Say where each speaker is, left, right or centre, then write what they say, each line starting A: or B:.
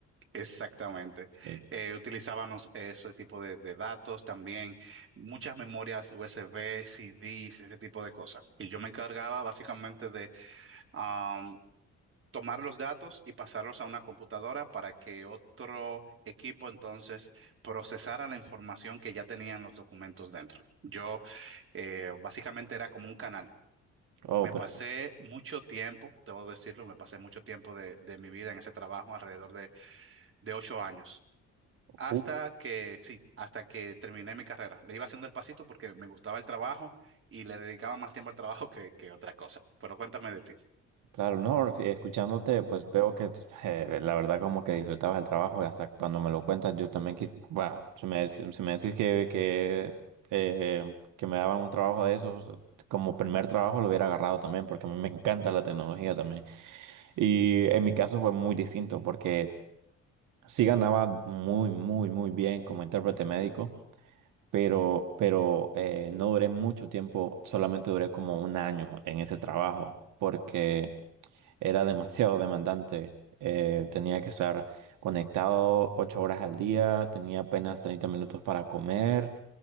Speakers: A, on the right; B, on the right.
A: Exactamente.
B: Sí.
A: Eh, utilizábamos ese tipo de, de datos también, muchas memorias USB, CDs, ese tipo de cosas. Y yo me encargaba básicamente de am, tomar los datos y pasarlos a una computadora para que otro equipo entonces procesara la información que ya tenían los documentos dentro. Yo eh, básicamente era como un canal.
B: Oh,
A: Me
B: pero
A: pasé mucho tiempo, debo decirlo, me pasé mucho tiempo de, de mi vida en ese trabajo, alrededor de, de ocho años. Hasta
B: ju-
A: que, sí, hasta que terminé mi carrera. Le iba haciendo el pasito porque me gustaba el trabajo y le dedicaba más tiempo al trabajo <laughs> que, que otra cosa. Pero cuéntame de ti.
B: claro, no, escuchándote, pues veo que eh, la verdad como que disfrutabas el trabajo y hasta cuando me lo cuentas, yo también quis, bueno, si me, dec- si me decís que, que, es, eh, que me daban un trabajo de esos, como primer trabajo lo hubiera agarrado también, porque a mí me encanta la tecnología también. Y en mi caso fue muy distinto, porque sí ganaba muy, muy, muy bien como intérprete médico. pero, pero eh, no duré mucho tiempo, solamente duré como un año en ese trabajo, porque era demasiado demandante. Eh, tenía que estar conectado ocho horas al día, tenía apenas 30 minutos para comer